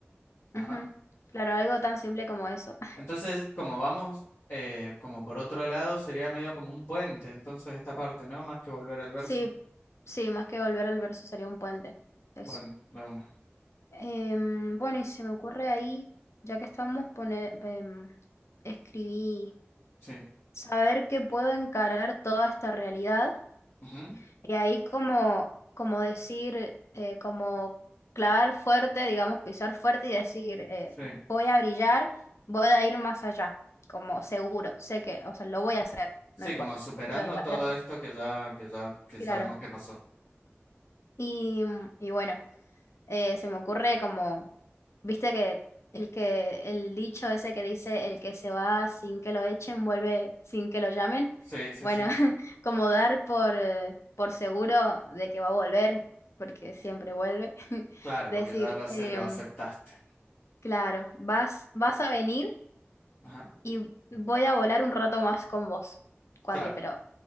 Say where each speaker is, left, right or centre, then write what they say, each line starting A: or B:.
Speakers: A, on the left (about 70°); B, on the left (about 90°).
A: Ajá.
B: Ujú. Claro, algo tan simple como eso. <laughs>
A: Entonces, como vamos, eh, como por otro lado, sería medio como un puente, entonces esta parte, ¿no? Más que volver al verso.
B: Sí, sí, más que volver al verso sería un puente. Eso.
A: Bueno, la una.
B: Em, bueno, y se me ocurre ahí, ya que estamos, poner, em, escribí,
A: Sí.
B: saber que puedo encarar toda esta realidad
A: Ujú,
B: Y ahí como, como decir, eh, como clavar fuerte, digamos, pisar fuerte y decir, eh,
A: Sí.
B: voy a brillar, voy a ir más allá, como seguro, sé que, o sea, lo voy a hacer,
A: Sí,
B: no importa.
A: como superando
B: Yo ya,
A: todo
B: ya está,
A: esto que ya, que ya, que
B: claro.
A: sabemos que pasó.
B: Y, y bueno, Eh, se me ocurre como, viste que el que el dicho ese que dice el que se va sin que lo echen, vuelve sin que lo llamen.
A: Sí, sí,
B: Bueno,
A: sí.
B: <laughs> como dar por, eh, por seguro de que va a volver, porque siempre vuelve. <laughs>
A: Claro,
B: Decir,
A: porque ya lo, ace-
B: em,
A: lo aceptaste.
B: claro, vas, vas a venir
A: Ajá.
B: y voy a volar un rato más con vos. Cuando,
A: Claro.
B: pero